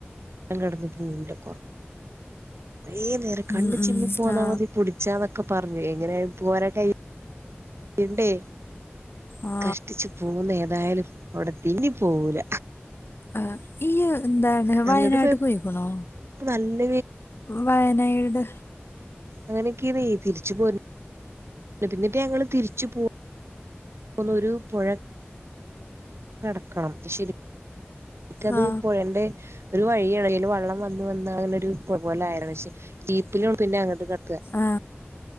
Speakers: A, on the right; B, on the left.
A: <unintelligible> കെട്ന്ന് പൂണ്ട് കോ കൊറേ നേരം കണ്ണ്
B: ഉം ഉം
A: ചിമ്മി പോന്നാ
B: ആ
A: മതി പുട്ച്ചാന്നൊക്കെ പർഞ്ഞ് എങ്ങനെ ആയാലും പോരാൻ കയ്യ ണ്ടേ
B: ആ
A: കഷ്ടിച് പോന്ന് ഏതായാലും <unintelligible> ത്തിന്നി പോവൂല
B: ആഹ് ഇയ്യ് ന്താണ് വയനാട്ട്ക്ക്‌
A: അങ്ങട്ട് പോയപ്പോ
B: പോയ്‌ക്ക്ണോ
A: നല്ല
B: വയനയിട്
A: അങ്ങനെക്കെന്നേ തിരിച് പോ പിന്നെപ്പം ഞങ്ങള് തിര്ച് പൊ ന്നോരു പുഴ കടക്കണം ശരിക്കത്
B: ആ
A: പുഴന്റെ ഒരു വഴിയാണ് അയില് വള്ളം വന്ന് വന്ന് അങ്ങനൊരു പുഴ പോലെ ആയതാ പക്ഷെ ജീപ്പിലും പിന്നെ അങ്ങട്ട് ക ത്ത
B: ആ